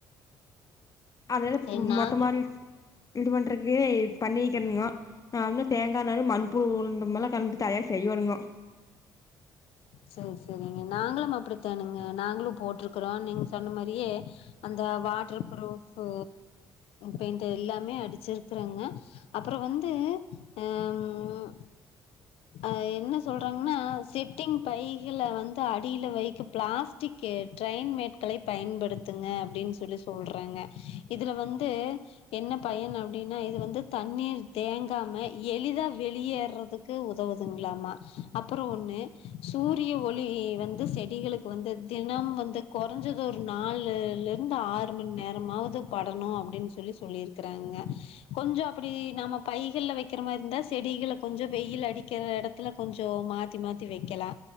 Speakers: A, on the left; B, on the left.
A: அத
B: சரி நாங்களு
A: மொட்ட மாடி இது பண்றக்கு பண்ணிருக்கணுங்கோ ஆ உன்னு தேங்கா நாரு மண்புழு உரமு கலந்து தயார் செய்யோனுங்கோ
B: செரி செரிங்க நாங்களு அப்படித் தாணுங்க நாங்களு போட்ருக்றோ நீங்க சொன்ன மாரியே அந்த வாட்டர் ஃப்ரூஃபு பெயிண்ட் எல்லாமே அடிச்சிருக்குறங்க அப்பற வந்து அ ம் அ என்ன சொல்றாங்கன்னா சிட் ட்டிங் பைகள வந்து அடியில வைக்கு பிளாஸ்டிக் ட்ரென்மேட்களை பயன்படுத்துங்க அப்டின் சொல்லி சொல்றாங்க இதுல வந்து என்ன பயன் அப்டின்னா இது வந்து தண்ணீர் தேங்காம எளிதா வெளியேறதுக் உதவுதுங்ளாமா அப்பறோ ஒன்னு சூரிய ஒளி வந்து செடிகளுக்கு வந்து தினம் வந்து கொறஞ்சு ஒரு நாலுல இருந்து ஆறு மணி நேரமாவது படனு அப்டின் சொல்லி சொல்லிருக்கறாங்க கொஞ்சோ அப்டி நாம பைகள்ல வக்கிற மாரி இருந்தா செடிகள கொஞ்சோ வெயில் அடிக்கிற எடத் த்துல கொஞ்சோ மாத்தி மாத்தி வக்கலா